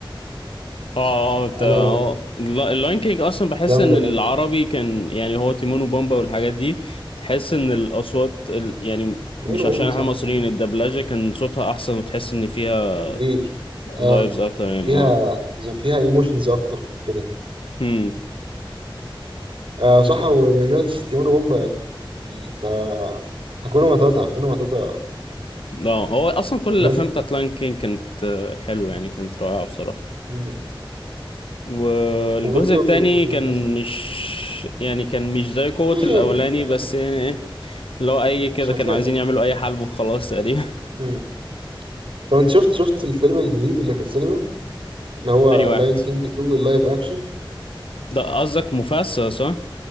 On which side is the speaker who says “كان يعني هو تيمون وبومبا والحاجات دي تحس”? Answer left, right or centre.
Left